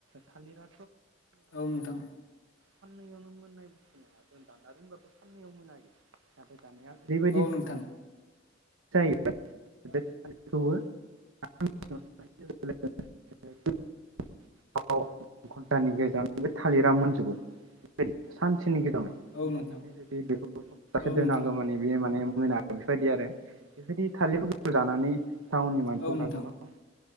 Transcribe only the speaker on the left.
औ नोंथां।
औ नोंथां
औ नोंथां
औ
नोंथां
औ नोंथां